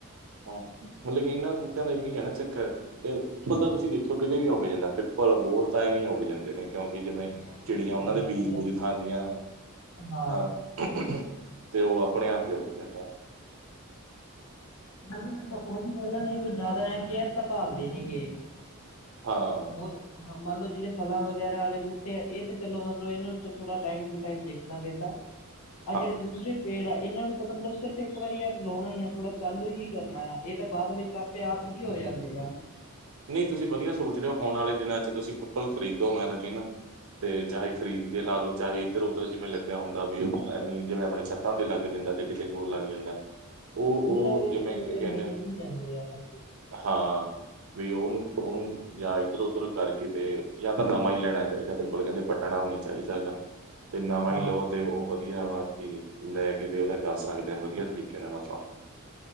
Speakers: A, on the right; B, on the left.
A: ਹਾਂ, ਮਤਲਬ ਕਿ ਇਹਨਾਂ ਦਾ ਬੂਟੇਆਦਾ ਤਾਂ ਦਾ, ਏਹੀ ਹੈ ਨਾ ਚੱਕਰ ਤੇ ਪਿੱਪਲ ਤਾਂ, ਤੁਸੀਂ ਦੇਖੋ ਕਿਤੇ ਵੀ ਉਗ ਜਾਂਦਾ, ਪਿੱਪਲ, ਬੋੜ ਤਾਂ, ਐਵੇ ਹੀ ਉਗ ਜਾਂਦੇ ਨੇ। ਕਿਉਂਕਿ, ਜਿਵੇਂ
B: ਹਾਂਜੀ ਐਵੇਂ
A: ਚਿੜੀਆਂ
B: ਹੋ
A: ਉਹਨਾਂ
B: ਜਾਂਦਾ
A: ਦੇ ਬੀਜ
B: ਮਤਲਬ
A: ਬੂਜ ਖਾਂਦੀਆਂ
B: ਹਾਂ
A: ਅਹ ਤੇ ਔ ਅਪਣੇ ਆਪ ਈ ਉਗਦੇ, ਬਸ
B: ਤੇ ਓਹੀ ਗਲ, ਏਨਾ ਦੀ ਕੁਝ ਜਾਦਾ ਐ, ਕੈਅਰ ਤਾਂ ਭਾਲਦੀ ਨੀ ਗੀ
A: ਹਾਂ
B: ਹੋਰ ਹਾਂ, ਮਨ ਲੋ ਜਿਨੇ ਫਲਾਂ ਵਗੈਰਾ ਆਲੇ ਬੂਟੇ ਐ, ਏ ਤੇ ਚਲੋ ਮਤਲਬ, ਏਨਾਂ ਨੂ ਥੋੜਾ ਟਾਈਮ ਟੂ ਟਾਈਮ ਦੇਖਣਾ ਪੈਂਦਾ
A: <inaudible>
B: ਆ ਜੇੜੇ ਦੂਸਰੇ ਪੇੜ ਐ, ਏਨਾਂ ਨੂ ਤਾਂ ਮਤਲਬ ਸਿਰਫ਼ ਇੱਕ ਵਾਰੀ ਆ ਲਾਉਣਾ ਈ ਆ, ਥੋੜਾ ਚਾਲੂ ਹੀ ਕਰਨਾ ਆ ਏ ਤਾਂ ਬਾਦ ਵਿੱਚ ਆਪੇ ਆਪ ਹੀ ਹੋ ਜਾਂਦੇ ਆ।
A: ਨਹੀ ਤੂਸੀ ਵਧੀਆ ਸੋਚ ਰੇ ਓ, ਔਣ ਆਲੇ ਦਿਨਾਂ ਚ ਤੂਸੀ ਪੀਪਲ ਖਰੀਦੋ ਮੈਂ ਤਾਂ ਕੈਨਾ ਤੇ, ਚਾਹੇ ਖਰੀਦ ਕੇ ਲਾ ਦੋ, ਚਾਹੇ ਫੇਰ ਓਧਰ ਜਿਵੇਂ ਲਗਿਆ ਹੁੰਦਾ ਵੀ, ਐਵੈਂ ਜਿਵੇਂ ਅਪਣੀ ਛਤਾਂ ਤੇ ਲਗ ਜਾਂਦਾ ਜੇ ਕਿਤੇ ਹੋਰ ਲਗ ਜਾਂਦਾ, ਔ,
B: ਇਹਨਾਂ
A: ਔ
B: ਵਿੱਚ
A: ਜਿਵੇਂ
B: ਤੇ ਮਤਲਬ
A: ਕੈਨੇ
B: ਮਿਲ
A: ਆ
B: ਹੀ ਜਾਂਦੇ ਆ ਹਾਂਜੀ
A: ਹਾਂ, ਵੀ ਔ ਨੂ, ਔ ਨੂੰ ਯਾ ਇਧਰੋ ਉਧਰੋ ਕਰਕੇ ਤੇ, ਯਾ ਤਾਂ ਨਵਾਂ ਈ ਲੈਣਾ ਚਾਈਦਾ ਪੀਪਲ ਕੈਂਦੇ ਪੱਟਣਾ ਵੀ ਨੀ ਚਾਈਦਾ ਹੈਗਾ ਤੇ ਨਵਾਂ
B: ਹਾਂ
A: ਈ ਲੋ ਤੇ ਉਹ ਵਧੀਆ ਵਾ ਹੀ, ਲੈ ਕੇ ਤੇ ਓਦਾ ਕਾਰ ਸਕਦੇ ਆਾਂ ਵਧੀਆ ਤਰੀਕੇ ਨਾਲ ਅਪਾਂ